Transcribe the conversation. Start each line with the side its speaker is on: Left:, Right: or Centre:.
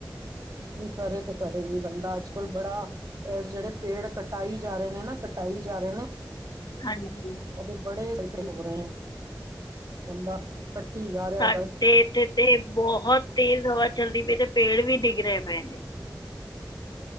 Right: ਕਰੇ ਤੇ ਕਰੇਗੀ ਬੰਦਾ ਅੱਜ-ਕਲ ਬੜਾ ਜਿਹੜੇ ਪੇੜ ਕਟਾਈ ਜਾ ਰਹੇ ਨੇਂ ਨਾਂ, ਕਟਾਈ ਜਾ ਰਹੇ ਨੇਂ
Left: ਹਾਂਜੀ
Right: ਉਹਦੇ ਬੜੇ ਸਾਈਡ ਇਫੈਕਟ ਹੋ ਰਹੇ ਨੇ ਬੰਦਾ ਕੱਟੀ ਜਾ ਰਿਹਾ
Left: ਸਾਡੇ
Right: ਬਸ
Left: ਇੱਥੇ ਤਾਂ ਬਹੁਤ ਤੇਜ਼ ਹਵਾ ਚੱਲਦੀ ਪਈ ਤੇ ਪੇੜ ਵੀ ਡਿੱਗ ਰਹੇ ਨੇ